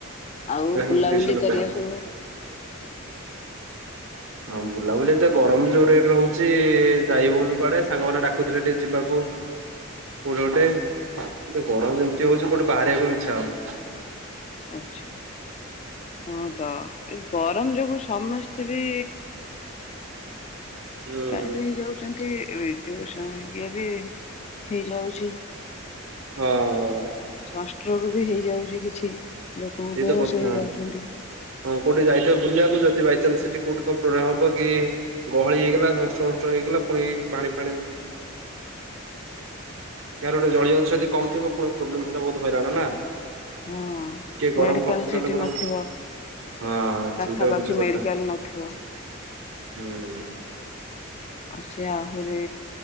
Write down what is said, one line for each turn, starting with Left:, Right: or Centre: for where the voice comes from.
Left: ଆଉ ବୁଲାବୁଲି
Right: ମୁଁ ଟିଉସନ
Left: କରିବାକୁ।
Right: କରେ। ହଁ ବୁଲାବୁଲି ଏ ତ ଗରମ ଯୋଉ ରେଟ ରହୁଛି ଯାଇ ହଉନି କୁଆଡେ ସାଙ୍ଗମାନେ ଡାକୁଥିଲେ ଟିକେ ଯିବାକୁ କୋଉଠି ଗୋଟେ କି ଗରମ ଯେମିତି ହଉଛି କୋଉଠି ବାହାରିବାକୁ ଇ୍ଛା ହଉନି।
Left: ଆଛା ହଁ ତ ଗରମ ଯୋଗୁ ସମସ୍ତେ ବି
Right: ହୁଁ
Left: କାଇଁ ହେଇ ଯାଉଛ ଯ ଇ ବି ହେଇଯାଉଛି
Right: ହଁ
Left: ସଂଷ୍ଟ୍ରୋଗ ବି ହେଇଯାଉଛି କିଛି। ଲୋକଙ୍କୁ
Right: ସେଇତ
Left: ବେହୋସ
Right: କଥା
Left: ହେଇଯାଉଛନ୍ତି
Right: ହଁ କୋଉଠି ଯାଇଥିବା ବୁଲିବାକୁ ଯଦି। ବାଇଚନ୍ସ ସେଠି କୋଉଠି କଣ ପ୍ରୋବ୍ଲେମ ହବ କି ଗହଳି ହେଇଗଲା ସଂସ୍ଟ୍ରୋଗ ହେଇଗଲା ପୁଣି ପାଣି ଫାଣି କାହାର ଗୋଟେ ଜ ଅଂଶ ଯଦ କ ଥିବ ପ୍ରୋବ୍ଲେମ ହେଲା ବହୁତ ହଇରାଣ ନା।
Left: ହଁ
Right: ଟିକେ ଗରମ
Left: ମେଡିକାଲ
Right: କମି ଗଲେ
Left: ସେଠି
Right: ବରଂ
Left: ନଥିବ
Right: ହଁ
Left: ପାଖାପାଖି
Right: ସେଇଟା ହଉଛି କଥା
Left: ମେଡିକାଲ ନଥିବ।
Right: ହୁଁ
Left: ଆଉ ସେ ଆହୁରି